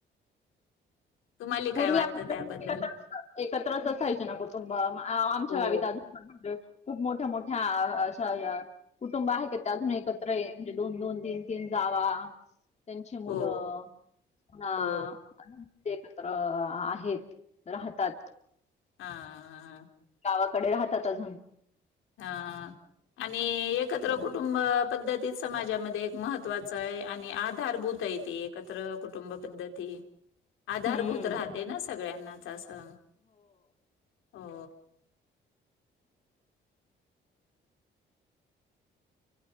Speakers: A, on the left (about 80°); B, on the left (about 35°).
A: तुम्हाला
B: पूर्वी
A: काय वाटतं
B: आ
A: त्याबद्दल
B: <inaudible> एकत्रच असायचे ना कुटुंब आ ब आमच्या
A: हो
B: गावीत अजून पण म्हणजे खूप मोठ्या मोठ्या अशा या कुटुंब आहे का त्या अजून एकत्र म्हणजे दोन दोन तीन तीन जावा त्यांची मुलं
A: हो
B: पुन्हा
A: हो
B: ते तर आहेत राहतात.
A: हां
B: गावाकडे राहतात अजून.
A: हां आणि एकत्र कुटुंब पद्धतीत समाजामध्ये एक महत्त्वाच आहे आणि आ आधारभूत आहे ते एकत्र कुटुंब पद्धती आधारभूत
B: हम्म
A: राहते ना सगळ्यांना च अस हो.